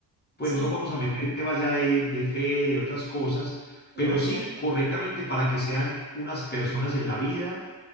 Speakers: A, on the left (about 25°); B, on the right (about 70°).
A: Bueno,
B: Sí.
A: no nos vamos a meter en temas ya de, de fe, de otras cosas,
B: No,
A: pero sí
B: claro.
A: correctamente para que sean unas personas en la vida